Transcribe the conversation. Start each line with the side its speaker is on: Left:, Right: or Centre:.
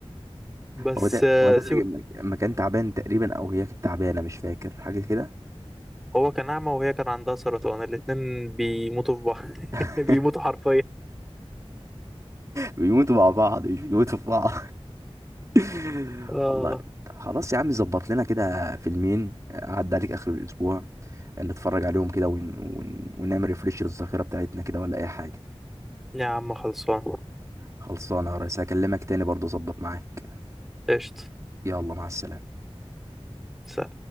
Centre: بس
Right: هو ده
Centre: آه،
Right: هو ده
Centre: سيب
Right: اللي لما لما كان تعبان تقريبا او هي كانت تعبانه مش فاكر حاجه كده
Centre: هو كان اعمى وهي كان عندها سرطان الاتنين بيموتوا في بعض <laughs>
Right: <laughs>
Centre: بيموتوا حرفيا
Right: بيموتوا مع بعض مش بيموتوا في بعض <laughs>
Centre: اه
Right: والله خلاص يا عم ظبط لنا كده فيلمين عدى عليك اخر الاسبوع نتفرج عليهم كده ون... ون... ونعمل ريفريش للذاكره بتاعتنا كده ولا اي حاجه
Centre: يا عم خلصان
Right: خلصانه يا ريس هكلمك تاني برضه اظبط معاك
Centre: قشطة
Right: يلا مع السلامه
Centre: سلام